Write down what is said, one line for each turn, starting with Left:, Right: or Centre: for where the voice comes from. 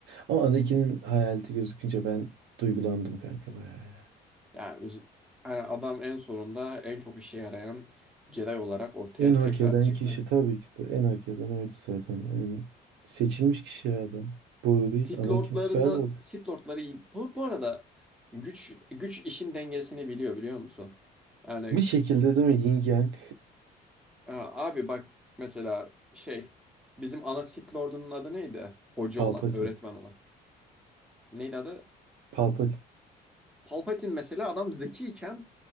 Right: Ama Anakin'in hayaleti gözükünce ben duygulandım kanka bayağı. ya.
Centre: Ya üz- yani adam en sonunda en çok işe yarayan Jedi olarak ortaya
Right: En hak
Centre: tekrar
Right: eden
Centre: çıktı.
Right: kişi tabii ki de en hak eden oydu zaten. En seçilmiş kişi ya adam. Boru değil
Centre: Sith
Right: Anakin
Centre: Lord'larına
Right: Skywalker.
Centre: Sith Lord'ları iyi. Bu, bu arada güç güç işin dengesini biliyor biliyor musun? Yani
Right: Bir şekilde değil mi Yin Yang
Centre: Aa, abi bak mesela şey bizim ana Sith Lord'unun adı neydi? Hoca
Right: <laughs> Palpatine.
Centre: olan, öğretmen olan. Neydi adı?
Right: Palpatine.
Centre: Palpatine mesela adam zekiyken